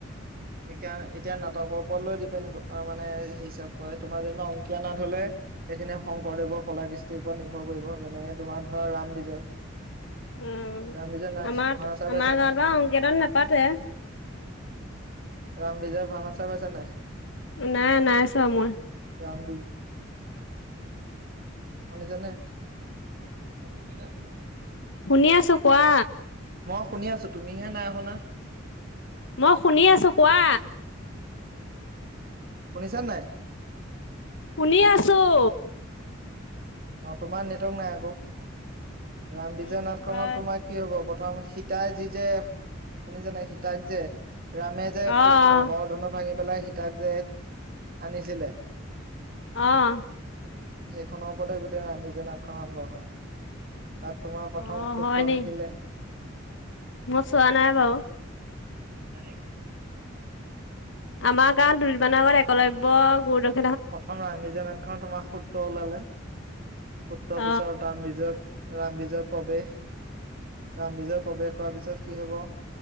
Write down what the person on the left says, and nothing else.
উম
আমাৰ
আমাৰ গাঁৱত
বা সংকেতন নাপাতে।
নাই নাই চোৱা মই।
শুনি আছো কোৱা।
মই শুনি আছো কোৱা।
শুনি আছোঁ
উম,
হয়
অ',
অহ।
অ',
হয় নি
মই চোৱা নাই বাৰু।
আমাৰ গাঁৱত দুদিনমানৰ আগত এককলব্য গুৰুদৱ
অ',